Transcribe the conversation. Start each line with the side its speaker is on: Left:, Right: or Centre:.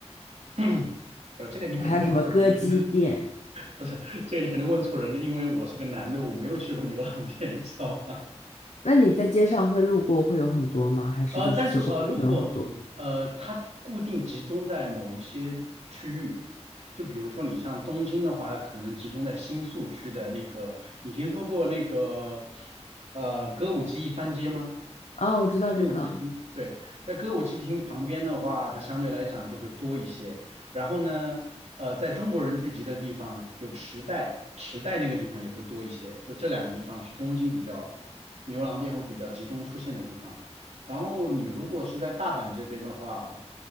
Right: <coughs> <clears throat> 呃，这个你可能问错人了。
Left: 还有什么歌姬店？
Right: 不是，这个你可能问错人了，因为我是个男的，我没有去过牛郎店，你知道吗？
Left: 那你在街上会路过会有很多吗？
Right: <laughs>
Left: 还是就是其实并没有很多？
Right: 呃，但是呃，路过，嗯呃，它固定集中在某一些区域，就比如说你像东京的话，它可能集中在新宿区的那个，你听说过那个呃歌舞伎一番街吗？
Left: 哦，我知道这个
Right: 歌舞伎町，对，在歌舞伎町旁边的话，它相对来讲就会多一些。然后呢，呃，在中国人聚集的地方，就池袋，池袋那个地方也会多一些。就这两个地方是东京比较牛郎店会比较集中出现的地方。然后你如果是在大阪这边的话，